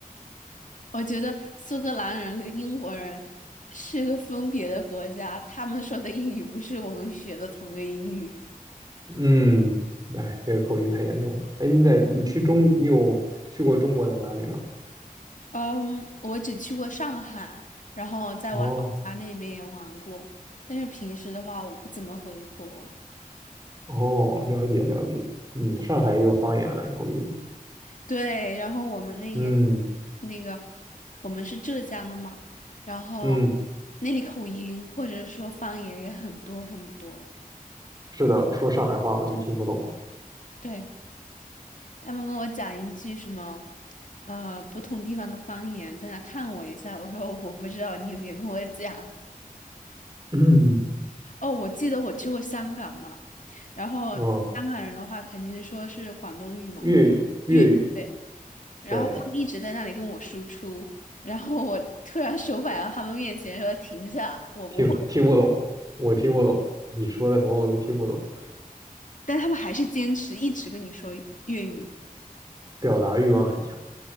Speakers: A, on the left; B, on the right.
A: 我觉得苏格兰人跟英国人是个分别的国家，他们说的英语不是我们学的同个英语。
B: 嗯，哎，这个口音太严重了。哎，你在你去中，你有去过中国的哪里吗？
A: 嗯，我只去过上海，然后在我老家那边也玩过，
B: 哦
A: 但是平时的话我不怎么回国。
B: 哦，了解了解。嗯，上海也有方言的口音。
A: 对，然后我们那些
B: 嗯
A: 那个，我们是浙江的嘛，然后
B: 嗯，
A: 那里口音或者说方言也很多很多。
B: 是的，说上海话我就听不懂了。
A: 对，他们跟我讲一句什么，呃，不同地方的方言，在那看我一下。我说我不知道，你别跟我讲。
B: 嗯，
A: 哦，我记得我去过香港嘛，然后香港人的话肯定说是广东语嘛，
B: 哦，粤语粤语，
A: 粤语。对然后他们一直在那里跟我输出，
B: 对，
A: 然后我突然手摆到他们面前说停下，我不会，
B: 听听不懂，我听不懂，你说的什么我都听不懂。
A: 但他们还是坚持一直跟你说粤语，
B: 表达欲望很强。